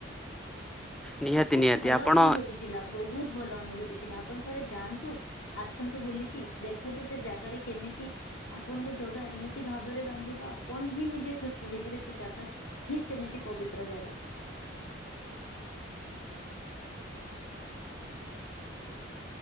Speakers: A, in the centre; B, on the left (about 75°).
A: ନିହାତି
B: ବହୁତ
A: ନିହାତି
B: ଭଲ
A: ଆପଣ
B: ଅନୁଭୂତି ଥିଲା ବହୁତ ଭଲ ଅନୁ- ଅନୁଭୂତି ଥିଲା। ଆପଣ ଥରେ ଯାଆନ୍ତୁ। ଆସନ୍ତୁ ବୁଲିକି ଦେଖନ୍ତୁ ସେ ଜାଗାରେ କେମିତି ଆ ଆପଣଙ୍କୁ ଜଗା ଏମିତି ଭାବରେ ବାନ୍ଧିବ। ଆପଣ ହିଁ ନିଜେ ଖୁସି ହେଇଯିବେ। ସେ ଜାଗା ହିଁ ସେମିତି ପବିତ୍ର। ତ୍ର ଯାହା।